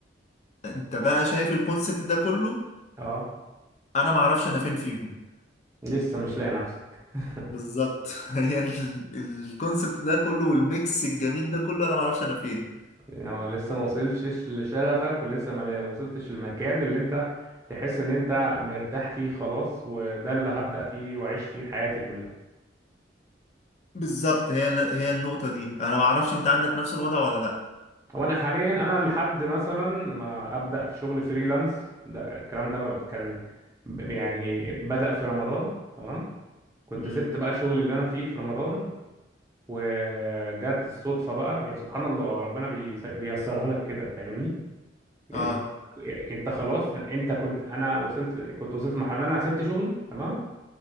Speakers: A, on the left; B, on the right.
A: انت بقى شايف الكونسبت ده كله
B: اه
A: انا معرفش انا فين فيهم
B: لسه مش لاقي نفسك <laughs>
A: بالظبط <laughs> هي ال- الكونسبت ده كله والميكس الجميل ده كله انا معرفش انا فين
B: يعني هو لسه ما وصلتش لشغفك ولسه ما لا- ما وصلتش للمكان اللي انت تحس ان انت مرتاح فيه خلاص وده اللي هبدأ فيه واعيش فيه حياتي كلها
A: بالظبط هي هي النقطة دي انا معرفش انت عندك نفس الوضع ولا لا
B: هو انا حاليا انا لحد مثلا ما ابدا في شغل فريلانس ده الكلام ده ما كان ب- يعني بدا في رمضان تمام كنت
A: امم
B: سبت بقى شغل اللي انا فيه في رمضان وجت الصدفه بقى يعني سبحان الله ربنا بيس- بيسرها لك كده فاهمني يعني
A: اه
B: يعني انت خلاص ان- انت كنت انا وصلت كنت وصلت لمرحله ان انا سبت شغلي تمام